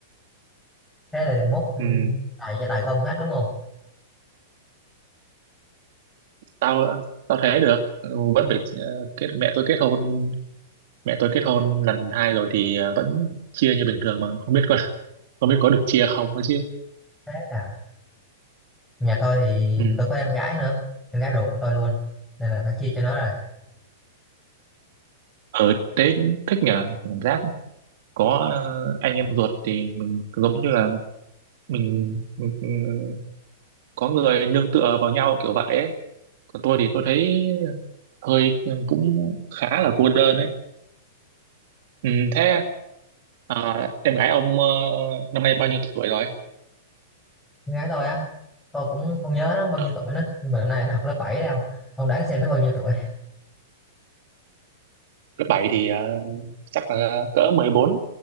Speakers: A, in the centre; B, on the right.
A: Thế là mốt ừ,
B: Ừm,
A: tại gia tài của ông hết đúng không?
B: tao tao thế được Ừ, vẫn phải ờ, kết mẹ tôi kết hôn mẹ tôi kết hôn lần hai rồi thì ờ, vẫn chia như bình thường mà không biết có <laughs> không biết có được chia không ấy
A: Thế là nhà tôi thì
B: chứ
A: tôi có em gái nữa, em gái ruột của tôi luôn. Nên là phải chia cho nó rồi.
B: ở thế thích nhờ cảm giác có ờ, anh em ruột thì mình giống như là mình, mình mình có người nương tựa vào nhau kiểu vậy ấy còn tôi thì tôi thấy hơi ừ, cũng khá là cô đơn ấy ừ, thế à, em gái ông ờ, năm nay bao nhiêu tuổi rồi
A: Em gái tôi á, tôi cũng không nhớ nó bao
B: Ờ,
A: nhiêu tuổi nữa, nhưng mà năm nay nó học lớp 7 đấy ông. Ông đoán xem nó bao nhiêu tuổi?
B: lớp 7 thì ờ, chắc là cỡ mười bốn